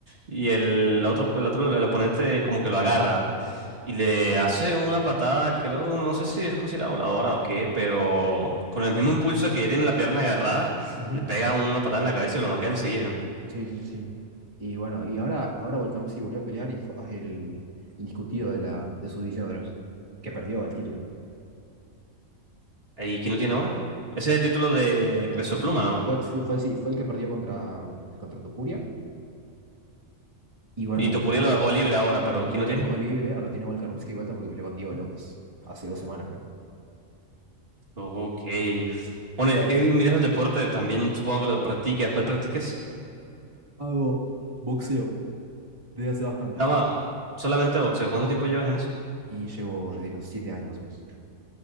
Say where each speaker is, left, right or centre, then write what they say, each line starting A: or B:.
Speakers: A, on the right (about 45°); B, on the right (about 25°).
A: y el otro, el otro, el oponente como que lo agarra y le hace una patada, creo, no sé si es considerada voladora o qué, pero con el mismo impulso que tiene la pierna agarrada,
B: Ujú.
A: le pega una patada en la cabeza y lo noquea enseguida.
B: Sí, sí, sí, sí. Y bueno, y ahora, ahora Volkanovski volvió a pelear y fue el indiscutido de, la, de su división otra vez, que perdió el título.
A: ¿Y quién lo tiene ahora? Ese es el título de
B: El,
A: peso pluma, ¿no?
B: fue, sí, fue- sí, fue el que perdió contra, contra Topuria. Y bueno,
A: Y
B: como
A: Topuria
B: Topuria,
A: lo dejó libre ahora,
B: claro,
A: pero
B: como Topuria
A: ¿quién lo tiene?
B: lo dejó libre, ahora lo tiene Volkanovski de vuelta porque peleó con Diego López hace dos semanas, creo.
A: Ok. Bueno, ya que miras los deportes, también supongo que lo practicas. ¿Cuál practicas?
B: Hago boxeo desde hace bastante.
A: Dama, solamente boxeo. ¿Cuánto tiempo llevas en eso?
B: Y llevo desde los 7 años más o menos.